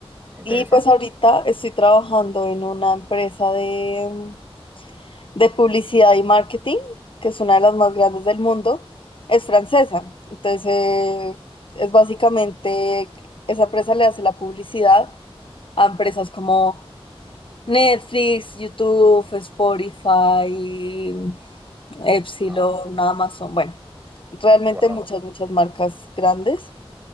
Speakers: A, on the right (about 20°); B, on the left (about 60°).
A: interesante.
B: Y pues ahorita estoy trabajando en una empresa de, mm, de publicidad y marketing, que es una de las más grandes del mundo. Es francesa, entonces eh, es básicamente, esa empresa le hace la publicidad a empresas como... Netflix, YouTube, Spotify, Epsilon,
A: Ah,
B: Amazon, bueno, realmente
A: wow.
B: muchas, muchas marcas grandes.